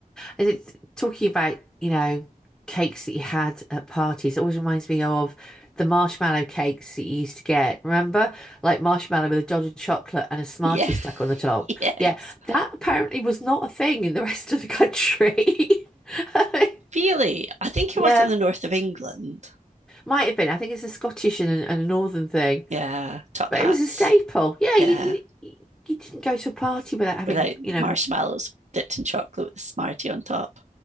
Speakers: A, in the centre; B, on the right.
A: It's talking about, you know, cakes that you had at parties. It always reminds me of the marshmallow cakes that you used to get. Remember? Like marshmallow with a dot of chocolate and a Smartie
B: Yeah,
A: stuck on the top.
B: yes.
A: Yeah, that apparently was not a thing in the <laughs> rest of the country. <laughs>
B: Really, I think
A: Yeah,
B: it was in the north of England.
A: might have been. I think it's a Scottish and a, and a northern thing,
B: Yeah, top
A: but
B: hats.
A: it was a staple. Yeah,
B: Yeah,
A: you, you you didn't go to a party without having,
B: without
A: you know,
B: marshmallows dipped in chocolate with a Smartie on top.